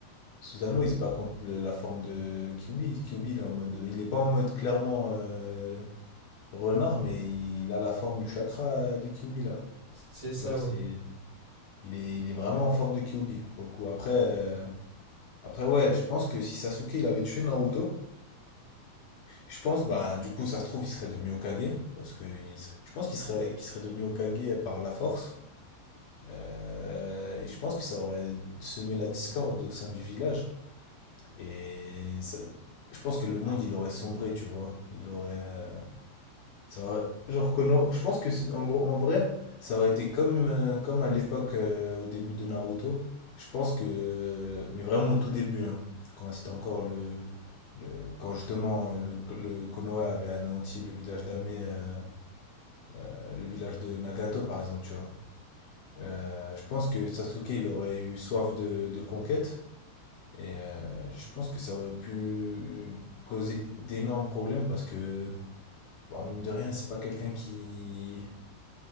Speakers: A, on the left; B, on the right.
A: Susano, il se bat contre le- la forme de Kyubi. Kyubi, il est en mode, il est pas en mode clairement euh, renard, mais il a la forme du chakra euh, de Kyubi là.
B: C'est ça,
A: Genre,
B: ouais.
A: c'est, il est, il est vraiment en forme de Kyubi pour le coup. Après, euh, après ouais, je pense que si Sasuke il avait tué Naruto, je pense, bah, du coup, ça se trouve, il serait devenu Hokage parce que il serait- je pense qu'il serait, qu'il serait devenu Hokage par la force. Euh, et je pense que ça aurait semé la discorde au sein du village. Et ça- je pense que le monde, il aurait sombré, tu vois. Il aurait. euh, ça aurait- genre, que non- je pense que, c'est- en gros, en vrai, ça aurait été comme, euh, comme à l'époque, euh, au début de Naruto. Je pense que. euh, Mais vraiment au tout début, hein, quand c'était encore le. le- quand justement euh, le, le Konoha avait anéanti le village d'Ame, euh, euh, le village de Nagato par exemple, tu vois. Euh, je pense que Sasuke, il aurait eu soif de, de conquête. Et euh, je pense que ça aurait pu causer d'énormes problèmes parce que, bah, mine de rien, c'est pas quelqu'un qui.